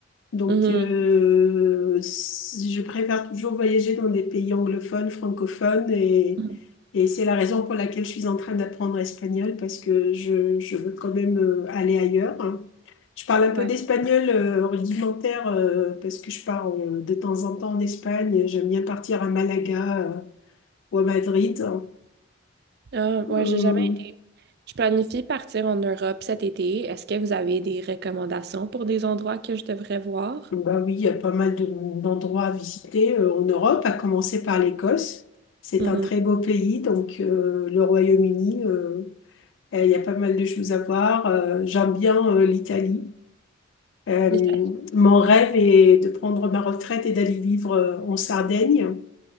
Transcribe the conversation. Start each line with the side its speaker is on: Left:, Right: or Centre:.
Left: Donc,
Right: Mhm.
Left: euh, c- je préfère toujours voyager dans des pays anglophones, francophones, et,
Right: Mhm.
Left: et c'est la raison pour laquelle je suis en train d'apprendre l'espagnol, parce que je, je veux quand même euh, aller ailleurs. hein. Je parle un peu
Right: Ouais.
Left: d'espagnol euh, rudimentaire, euh, parce que je pars euh, de temps en temps en Espagne. J'aime bien partir à Malaga, euh, ou à Madrid. hein.
Right: Ah,
Left: Hum.
Right: ouais, j'ai jamais été. Je planifie partir en Europe cet été. Est-ce que vous avez des recommandations pour des endroits que je devrais voir?
Left: Bah oui, il y a pas mal de- d'endroits à visiter euh, en Europe, à commencer par l'Écosse. C'est
Right: Mhm.
Left: un très beau pays, donc euh, le Royaume-Uni, euh, euh, il y a pas mal de choses à voir. Euh, j'aime bien euh, l'Italie. Euh,
Right: L'Italie.
Left: mon rêve est de prendre ma retraite et d'aller vivre euh, en Sardaigne.